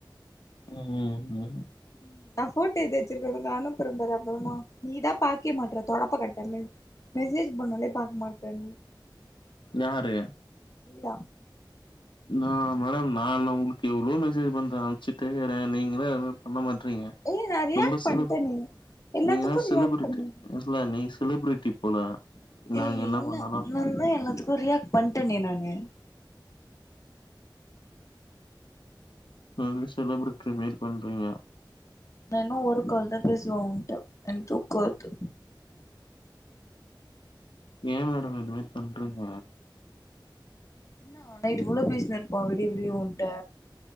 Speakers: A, on the left; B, on the left.
A: ம் ம்
B: ம் நா ஃபோட்டோ எத்துவச்சிருக்கே உனக்கு நா அனுப்புற பாரு அப்புறமா நீதா பாக்கவே மாட்ற தொடப்பகட்ட மெரி மெசேஜ் பண்ணாலே பாக்க மாட்டன்
A: யாரு
B: நீதா
A: நா மேடம் நான் உங்களுக்கு எவ்ளோ மெசேஜ் பண்ற அம்ச்சிட்டே இருக்க நீங்களே எதுமே பண்ண மாட்றீங்க
B: ஏய் நா ரியாக்ட்
A: ரொம்ப செலுப்
B: பண்ட்டனே எல்லாத்துக்கு
A: நீங்கதா செலுபிரிட்டி
B: ரியாக்ட் பண்ணே
A: என் சொல நீ செலிபிரிட்டி போல நாங்க
B: ஏய்
A: என்ன
B: இன்னா
A: பண்ணாலு
B: நாந்தா எல்லாத்துக்கு ரியாக்ட் பண்ட்டனே நானு
A: ம் செலபிரிட்டி மெரி பண்றீங்க
B: ந இன்னு ஒரு கால் தா பேசுவ உன்ட்ட எனக்கு தூக்க வருது
A: ஏ மேடம் இந்தமாரி பண்றிங்க
B: என்ன நைட்டு ஃபுல்லு பேசினுருப்ப விடிய விடிய உன்ட்ட